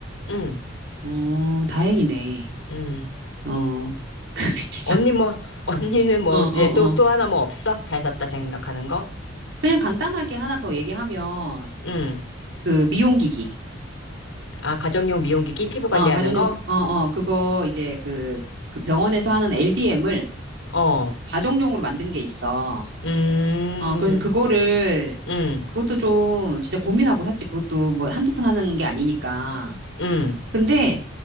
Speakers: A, on the left (about 85°); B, on the right (about 65°).
A: 음,
B: 어, 다행이네.
A: 음.
B: 어, <laughs> 그게 비싸.
A: 언니 뭐, <laughs> 언니는 뭐
B: 어, 어,
A: 이제 또, 또
B: 어.
A: 하나 뭐 없어? 잘 샀다 생각하는 거?
B: 그냥 간단하게 하나 더 얘기하면,
A: 음.
B: 그 미용기기.
A: 아, 가정용 미용기기 피부 관리하는
B: 어, 가정용,
A: 거?
B: 어, 어, 그거 이제 그, 그 병원에서 하는 LDM을
A: 어.
B: 가정용으로 만든 게 있어.
A: 음.
B: 어, 그래서 그거를,
A: 음.
B: 그것도 좀 진짜 고민하고 샀지. 그것도 뭐 한두 푼 하는 게 아니니까.
A: 음.
B: 근데,